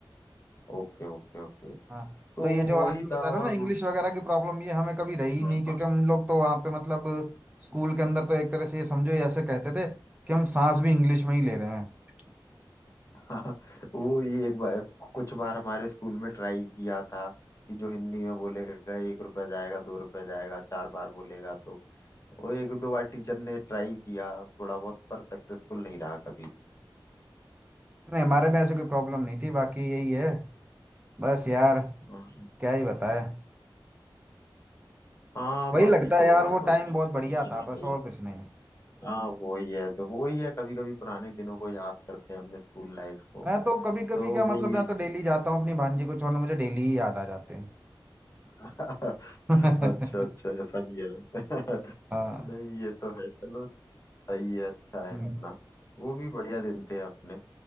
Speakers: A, on the left (about 35°); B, on the right (about 20°).
A: ओके ओके ओके
B: हाँ
A: तो
B: तो ये जो
A: वही
B: आप जो
A: था
B: बता रहे
A: और
B: हो ना इंग्लिश
A: वो-
B: वगैरह की प्रॉब्लम ये हमें कभी रही ही
A: हाँ
B: नहीं क्योंकि
A: हाँ
B: हम लोग तो वहाँ पे मतलब स्कूल के अंदर तो एक तरह से ये समझो ये ऐसे कहते थे कि हम सांस भी इंग्लिश में ही ले रहे हैं
A: <laughs> वो ही एक बार कुछ बार हमारे स्कूल में ट्राई किया था कि जो हिंदी में बोलेगा एक रुपया जाएगा दो रुपया जाएगा चार बार बोलेगा तो वो एक दो बार टीचर ने ट्राई किया थोड़ा बहुत पर सक्सेसफुल नहीं रहा कभी
B: नहीं हमारे में ऐसे कोई प्रॉब्लम नहीं थी बाकी यही है बस यार
A: हाँ
B: क्या ही बताए
A: हाँ,
B: वही
A: बाकी
B: लगता
A: तो
B: है यार
A: और
B: वो
A: तो
B: टाइम
A: सब
B: बहुत बढ़िया
A: ठीक
B: था बस
A: है।
B: और कुछ नहीं
A: हाँ वही है तो वही है कभी कभी पुराने दिनों को याद करते हैं अपने स्कूल लाइफ को
B: मैं तो कभी कभी
A: तो
B: क्या मतलब
A: वही
B: मैं तो डेली जाता हूँ अपनी भांजी को छोड़ने मुझे डेली ही याद आ जाते हैं
A: अच्छा <laughs>
B: <laughs>
A: अच्छा अच्छा ऐसा भी है <laughs>
B: हाँ
A: नहीं ये तो है चलो सही है अच्छा है
B: हम्म।
A: अपना वो भी बढ़िया दिन थे अपने